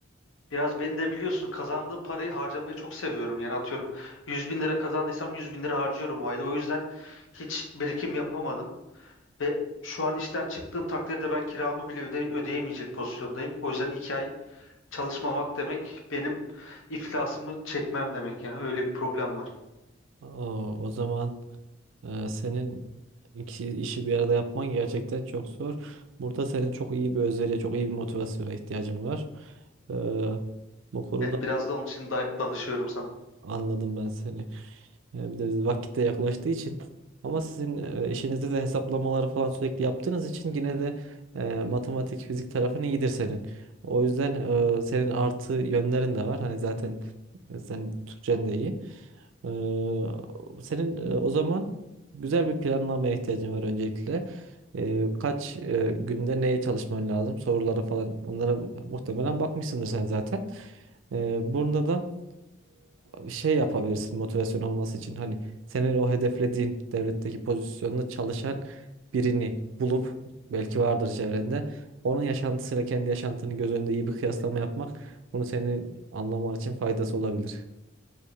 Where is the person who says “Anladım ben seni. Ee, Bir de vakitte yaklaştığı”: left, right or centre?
Right